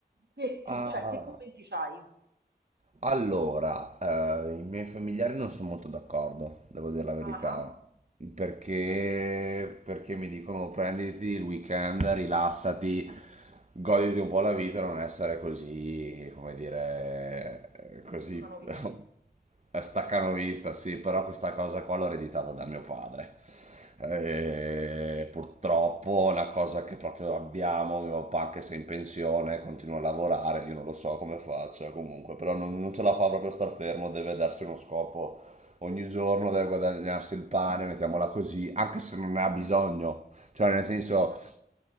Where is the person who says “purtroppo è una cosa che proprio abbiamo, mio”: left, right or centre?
Right